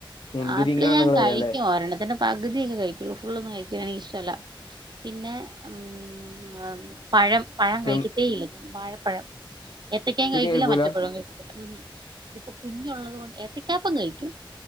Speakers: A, on the left; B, on the right.
A: മുന്തിരിങ്ങാ
B: ആപ്പിള് ഞാൻ
A: നിങ്ങള്
B: കഴിക്കും
A: പറയല്ലേ?
B: ഒരെണ്ണത്തിന്റെ പകുതിയൊക്കെ കഴിക്കുള്ളു ഫുള്ളൊന്നും കഴിക്കാനെനിക്ക് ഇഷ്ടല്ല പിന്നെ ഉം അ ഉം പഴം പഴം
A: തിൻ
B: കഴിക്കത്തേ ഇല്ല ഞാൻ വാഴപ്പഴം എത്തക്കായും
A: മുന്തിരി
B: കഴിക്കില്ല
A: കഴിക്കൂല?
B: മറ്റെ പഴവും കഴിക്കില്ല ഉം ഹ് ഇതിപ്പൊ കുഞ്ഞ് ഉള്ളത് കൊ ഏ ഏത്ത ക്കാപ്പം കഴിക്കും